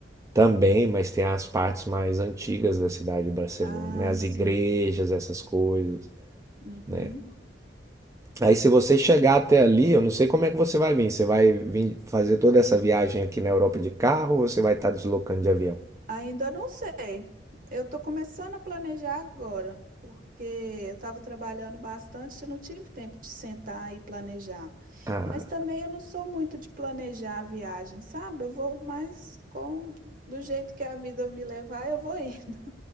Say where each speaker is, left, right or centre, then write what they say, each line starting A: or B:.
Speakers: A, on the right (about 15°); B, on the right (about 50°).
A: Também, mas tem as partes mais antigas da cidade de Barcelona,
B: Ah,
A: né? As
B: sim.
A: igrejas, essas coisas,
B: Uhum.
A: né? Aí se você chegar até ali, eu não sei como é que você vai vir. Você vai vir fazer toda essa viagem aqui na Europa de carro ou você vai estar deslocando de avião?
B: Ainda não sei. Eu estou começando a planejar agora, porque eu estava trabalhando bastante, eu não tive tempo de sentar e planejar.
A: Ah,
B: Mas também eu não sou muito de planejar a viagem, sabe? Eu vou mais com do jeito que a vida me levar, eu vou ir. <laughs>